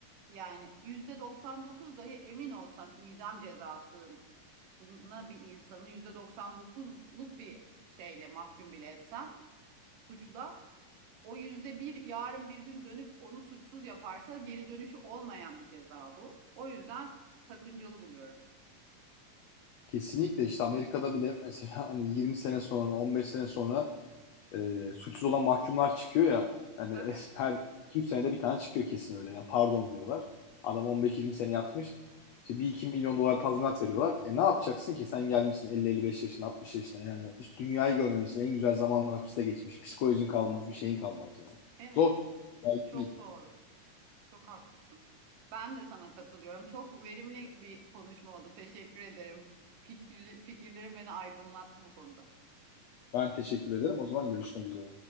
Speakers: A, on the right; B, on the left.
A: Yani %99 dahi emin olsan idam cezasına bir insanı %99'luk bir şeyle mahkum bile etsen suçla o yüzde bir yarın bir gün dönüp onu suçsuz yaparsa geri dönüşü olmayan bir ceza bu. O yüzden sakıncalı buluyorum.
B: Kesinlikle işte Amerika'da bile mesela hani 20 sene sonra, 15 sene sonra e, suçsuz olan mahkumlar çıkıyor ya. Yani
A: Tabii.
B: her 2-3 senede bir tane çıkıyor kesin öyle. Yani pardon diyorlar. Adam 15-20 sene yatmış. İşte bir iki milyon dolar tazminat veriyorlar. E ne yapacaksın ki? Sen gelmişsin elli elli beş yaşına, 60 yaşına yani. Hiç dünyayı görmemesin. En güzel zamanlar hapiste geçmiş. Psikolojin kalmaz, bir şeyin kalmaz yani.
A: Evet.
B: Zor. Gayet
A: Çok
B: değil.
A: doğru. Çok haklısın. Ben de sana katılıyorum. Çok verimli bir konuşma oldu. Teşekkür ederim. Fikir, fikirlerim beni aydınlattı bu konuda.
B: Ben teşekkür ederim. O zaman görüşmek üzere.